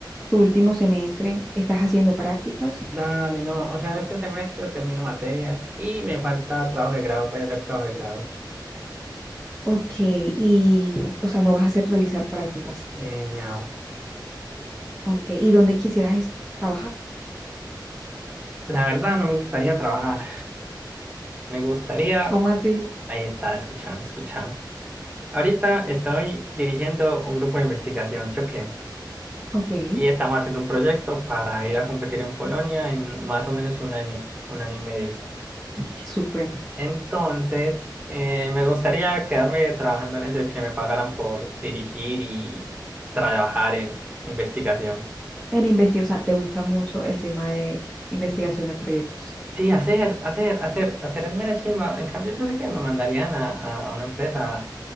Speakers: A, in the centre; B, on the right.
A: tu último semestre, ¿estás haciendo prácticas?
B: Dale, no, o sea, este semestre termino materias y me falta trabajo de grado, voy a hacer trabajo de grado.
A: Ok, y, o sea, no vas a hacer realizar prácticas.
B: Eh, ñao.
A: Ok, ¿y dónde quisieras es- trabajar?
B: La verdad no me gustaría trabajar, me gustaría,
A: ¿Cómo así?
B: ahí está, escuchando, escuchando. Ahorita estoy dirigiendo un grupo de investigación, ¿sí o qué?
A: Ok, ay,
B: Y estamos haciendo un proyecto para ir a competir en Polonia en más o menos un año, un año y medio.
A: qué súper.
B: Entonces, eh, me gustaría quedarme trabajando en eso y que me pagaran por dirigir y trabajar en investigación.
A: En investigación, o sea, te gusta mucho el tema de investigación de proyectos.
B: Sí, hacer, hacer, hacer, hacer es mera chimba. En cambio, yo sé que me mandarían a, a, a una empresa.